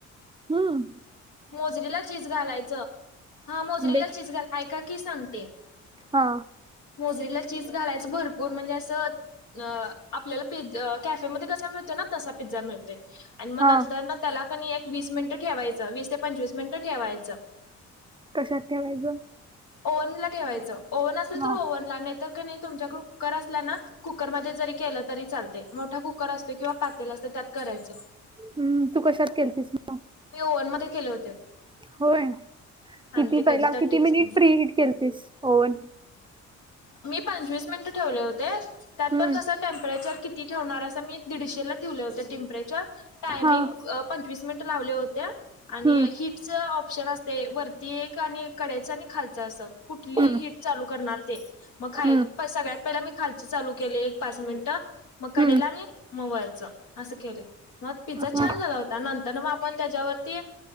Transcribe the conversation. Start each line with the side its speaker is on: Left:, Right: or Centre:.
Right: हम.
Left: मोजरीला चीज घालायचं हा मोजरीला
Right: बेक
Left: चीज घाला ऐका की सांगते.
Right: हा.
Left: मोजरीला चीज घालायचं भरपूर म्हणजे असं अ आपल्याला पिझ् कॅफेमध्ये कसा मिळतोय ना तसा पिझ्झा मिळतो. आणि मग
Right: हा
Left: नंतर ना त्याला कणी एक वीस मिनिटं ठेवायचं वीस ते पंचवीस मिनिटं ठेवायचं
Right: कशात ठेवायचं.
Left: ओव्हन ला ठेवायचं ओव्हन असेल
Right: हा
Left: तर ओव्हनला नाही तर का नाही तुमच्याकड कुकर असला ना कुकरमध्ये जरी केलं तरी चालत मोठा कुकर असतो किंवा पातेल असत त्यात करायचं
Right: हम् तू कशात केलतीस मग
Left: मी ओव्हन मध्ये केले होते.
Right: होय किती
Left: आणि ते कधी
Right: पहिला
Left: तर
Right: किती
Left: टेस्ट
Right: मिनिट फ्री हट केलतीस ओवन.
Left: मी पंचवीस मिनिट ठेवले होते त्यात
Right: हम्म
Left: पण कस टेम्परेचर किती ठेवणार अस मी दीडशेला ठेवले होत टेम्परेचर टायमिंग
Right: हा
Left: पंचवीस मिनिट लावले होते आणि
Right: हम्म
Left: ही ऑप्शन असते वरती एक आणि कड्याचं आणि खालचं असं कुठली
Right: हम्म
Left: हिट चालू करणार ते मग खाय
Right: हम्म
Left: सगळ्यात पहिला मी खालची चालू केली एक पाच मिनिटं मग कडेला
Right: हम्म
Left: आणि मोवयच असं केलं मग पिझ्झा
Right: हा
Left: छान झाला होता. नंतर मग आपण त्याच्यावरती